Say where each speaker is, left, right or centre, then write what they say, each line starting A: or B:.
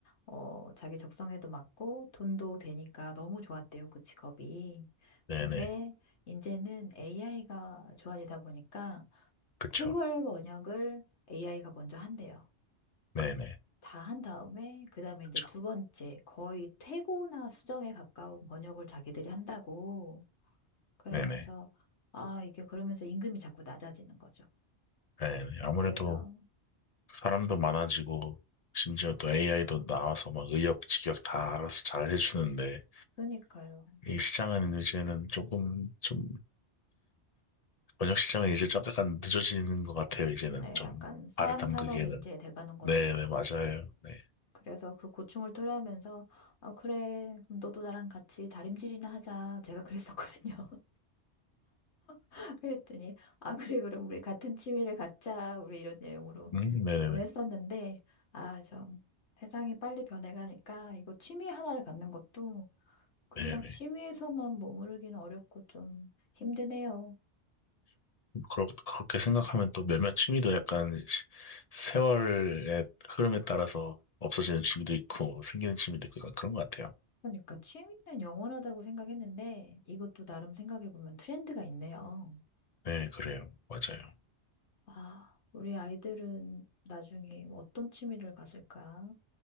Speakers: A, on the left (about 80°); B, on the left (about 45°).
A: 어, 자기 적성에도 맞고, 돈도 되니까 너무 좋았대요, 그 직업이.
B: 네네,
A: 근데, 이제는 AI가 좋아지다 보니까,
B: 그쵸,
A: 초벌 번역을 AI가 먼저 한대요.
B: 네네,
A: 다 한 다음에 그다음에
B: 그쵸,
A: 이제 두 번째 거의 퇴고나 수정에 가까운 번역을 자기들이 한다고 그러면서
B: 네네,
A: 아 이게 그러면서 임금이 자꾸 낮아지는 거죠.
B: 네네. 아무래도
A: 그래서
B: 사람도 많아지고, 심지어 또 AI도 나와서 막 의역직역 다 알아서 잘 해주는데,
A: 그러니까요.
B: 이 시장은 이제는 조금, 좀, 번역 시장은 이제 좀 약간 늦어지는 것 같아요, 이제는
A: 예,
B: 좀.
A: 약간 사양
B: 발을 담그기에는.
A: 산업이 이제 돼가는 거죠.
B: 네네, 맞아요. 네.
A: 그래서 그 고충을 토로하면서 아 그래 그럼 너도 나랑 같이 다림질이나 하자 제가 그랬었거든요. <laughs> 그랬더니 아 그래 그럼 우리 같은 취미를 갖자 우리 이런 내용으로
B: 음, 네네네,
A: 보냈었는데, 아, 좀 세상이 빨리 변해가니까 이거 취미 하나를 갖는 것도 그냥
B: 네네.
A: 취미에서만 머무르기는 어렵고 좀 힘드네요.
B: 그렇- 그렇게 생각하면 또 몇몇 취미도 약간 시- 세월의 흐름에 따라서 없어지는 취미도 있고 생기는 취미도 있고 약간 그런 것 같아요.
A: 그러니까 취미는 영원하다고 생각했는데 이것도 나름 생각해보면 트렌드가 있네요.
B: 네, 그래요. 맞아요.
A: 아, 우리 아이들은 나중에 어떤 취미를 가질까?